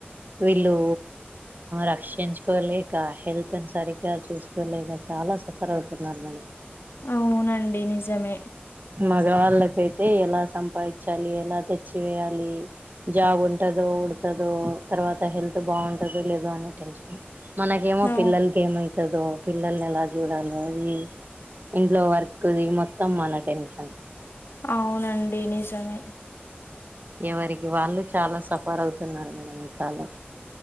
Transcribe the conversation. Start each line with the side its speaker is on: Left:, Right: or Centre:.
Right: వీళ్ళు రక్షించుకోలేక హెల్త్ సరిగా చూసుకోలేక చాలా సఫర్ అవుతున్నారు మేడం
Left: అవునండి నిజమే
Right: మగవాళ్ళకైతే ఎలా సంపాదించాలి ఎలా తెచ్చివేయాలి జాబ్ ఉంటదో ఉడతాదో తర్వాత హెల్త్ బాగుంటుంది లేదు అనే టెన్షన్ మనకేమో
Left: ఆ
Right: పిల్లలకి ఏమవుతుందో పిల్లల్ని ఎలా చూడాలి అది ఇంట్లో వర్క్ది మొత్తం మన టెన్షన్
Left: అవునండి నిజమే
Right: ఎవరికి వాళ్ళు చాలా సఫర్ అవుతున్నారు మేడం ఈ కాలం